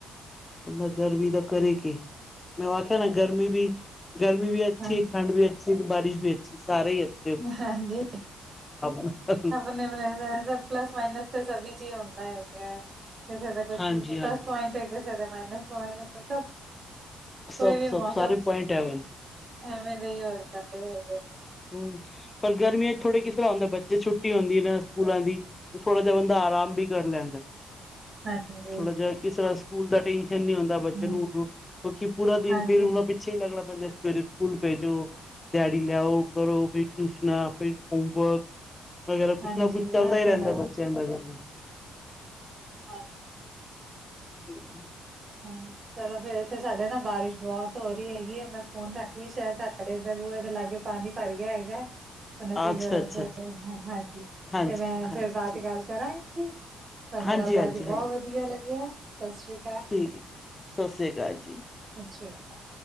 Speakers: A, on the left; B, on the right.
A: ਦਾ ਗਰਮੀ ਤਾਂ ਕਰੇ ਕੀ ਮੈਂ ਵਖਿਆ ਨਾ ਗਰਮੀ ਵੀ ਗਰਮੀ ਵੀ ਅੱਛੀ,
B: ਹਾਂਜੀ
A: ਠੰਡ ਵੀ ਅੱਛੀ ਤੇ ਬਾਰਿਸ਼ ਵੀ ਅੱਛੀ ਸਾਰੇ ਹੀ ਅ
B: ਹਾਂਜੀ,
A: ਨਾਲ
B: ਰੱਬ ਨੇ ਬਣਾਇਆ ਸਭ ਪਲਸ ਮਾਈਨਸ ਤੇ ਸਬੀ ਚ ਈ ਹੁੰਦਾ ਹੈਗੈ, ਕਿਸੇ ਦਾ ਕੁੱਝ
A: ਹਾਂਜੀ ਹਾਂਜੀ
B: ਪਲਸ ਪੁਆਇੰਟ ਕਿਸੇ ਦਾ ਮਾਈਨਸ ਪੁਆਇੰਟ ਨੇ ਸਬ, ਕੋਈ
A: ਸਭ
B: ਵੀ
A: ਸਭ
B: ਮੌਸਮ
A: ਸਾਰੇ ਪੁਆਇੰਟ ਹੈਵਨ
B: ਐਵੇਂ ਦੇ ਈ ਹੋ ਜਾਂਦੇ ਹੈਗੇ ਨੇ।
A: ਹੂੰ, ਪਰ ਗਰਮੀਆਂ ਚ ਥੋੜੀ ਕਿਸੇ ਤਰਾਂ ਹੁੰਦਾ ਬੱਚੇ, ਛੁੱਟੀ ਹੁੰਦੀ ਨਾ ਸਕੂਲਾਂ ਦੀ ਥੋੜਾ ਜਿਹਾ ਬੰਦਾ ਆਰਾਮ ਵੀ ਕਰ ਲੈਂਦੈ,
B: ਹਾਂਜੀ
A: ਥੋੜਾ ਜਿਹਾ ਕਿਸੇ ਵਾਸ ਸਕੂਲ ਦਾ ਟੈਨਸ਼ਨ ਨੀ ਹੁੰ ਹੁੰਦਾ ਬੱਚੇ
B: ਹੂੰ,
A: ਨੂੰ ਉੱਠੋ ਕਿਉਂਕਿ ਪੂਰਾ ਦਿਨ
B: ਹਾਂਜੀ
A: ਫਿਰ ਉਹਨੂੰ ਪਿੱਛੇ ਈ ਲੱਗਨਾ ਪੈਂਦਾ ਸਵੇਰੇ ਸਕੂਲ ਭੇਜੋ, ਦਿਹਾੜੀ ਲਿਆਓ ਕਰੋ ਫੇਰ ਟਯੂਸ਼ਨਾਂ, ਫੇਰ ਹੋਮਵਰਕ ਵਗੈਰਾ ਕੁਛ
B: ਹਾਂਜੀ
A: ਨਾ ਕੁਛ ਚੱਲਦਾ
B: ਇਹ
A: ਈ
B: ਤੇ
A: ਰਹਿਦਾ
B: ਹੈ।
A: ਬੱਚਾ ਬੱਚਿਆਂ ਦਾ ਹੈਗਾ
B: ਹਾਂਜੀ।
A: ਹੂੰ।
B: ਹੂੰ, ਚਲੋ ਫੇਰ ਇੱਥੇ ਸਾਡੇ ਨਾ ਬਾਰਿਸ਼ ਬੋਤ ਹੋ ਰੀ ਹੈਗੀ ਏ, ਮੈਂ ਫੋਨ ਰੱਖਦੀ ਸ਼ਾਇਦ ਸਾਡੇ ਐਧਰ ਬੂਏ ਦੇ ਲਾਗੇ ਪਾਨੀ ਭਰ ਗਿਆ ਹੋਏਗਾ। <unintelligible>
A: ਅੱਛਾ ਅੱਛਾ ਅੱਛਾ ਅੱਛਾ,
B: ਹਾਂਜੀ,
A: ਹਾਂਜੀ
B: ਤੇ ਮੈਂ
A: ਹਾਂਜੀ
B: ਫੇਰ ਬਾਦ
A: ਠੀਕ
B: ਚ ਗੱਲ ਕਰਾਂ ਹਾਂਜੀ ਤੁਹਾਡੇ ਨਾਲ
A: ਹਾਂਜੀ
B: ਗੱਲ ਕਰਕੇ
A: ਹਾਂਜੀ
B: ਬਹੁਤ
A: ਹਾਂਜੀ
B: ਵਧੀਆ ਲੱਗਿਆ ਸਤਿ ਸ੍ਰੀ ਅਕਾਲ।
A: ਠੀਕ ਐ ਜੀ, ਸਤਿ ਸ੍ਰੀ ਅਕਾਲ।
B: ਸਤਿ ਸ੍ਰੀ ਅਕਾਲ।